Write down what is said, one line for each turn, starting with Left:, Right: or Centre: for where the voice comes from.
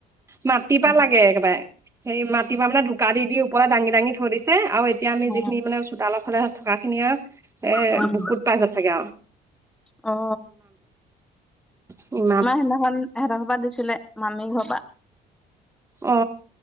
Right: মাটিপা
Centre: অ
Right: লাগে একেবাৰে সেই মাটিৰ পৰা মানে ঢুকাা দি ওপৰত দাঙি দাঙি থৈ দিছে আৰু এতিয়া আমি
Centre: অ
Right: যিখিনি মানে তালৰ ফালে থকা খিনিয়ে এ
Centre: উম
Right: বুকুত পাই গৈছেগে আৰু
Centre: অ
Right: উ
Centre: আমাৰ সিদিনাখন সিহঁতৰ পৰা দিছিলে মামি ঘৰ পৰা
Right: অ